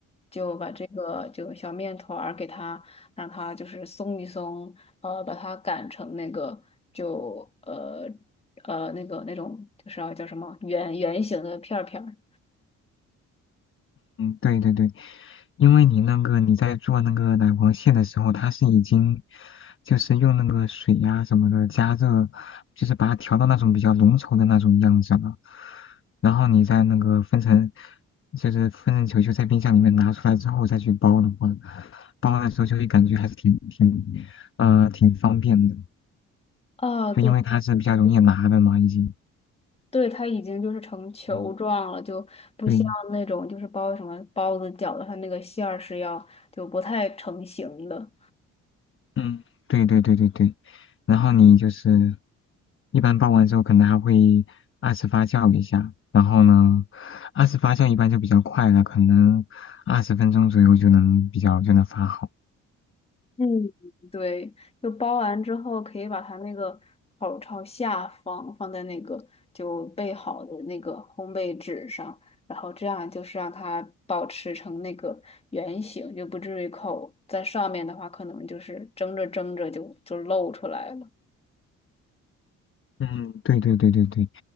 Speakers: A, on the left; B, on the left.
A: 就把这个就小面团儿给它，让它就是松一松，呃，把它擀成那个就呃呃那个那种就是要叫什么圆圆形的片儿片儿。
B: 对对对，因为你那个你在做那个奶黄馅的时候，它是已经就是用那个水呀、什么的加热，就是把它调到那种比较浓稠的那种样子了。然后你再那个分成，就是分成球球在冰箱里面拿出来之后再去包的话，包的时候就会感觉还是挺挺呃挺方便的，
A: 啊，
B: 就因为它是比较容易拿的嘛，
A: 对。
B: 已经。
A: 对，它已经就是成球状了，
B: 嗯，
A: 就不像那种就是包什么包子、
B: 对，
A: 饺子，它那个馅儿是要就不太成型的。
B: 嗯，对对对对对，然后你就是一般包完之后，可能还会二次发酵一下，然后呢，二次发酵一般就比较快了，可能二十分钟左右就能比较就能发好。
A: 嗯，对，就包完之后，可以把它那个口儿朝下方放在那个就备好的那个烘焙纸上，然后这样就是让它保持成那个圆形，就不至于口在上面的话，可能就是蒸着蒸着就就露出来了。
B: 嗯，对对对对对，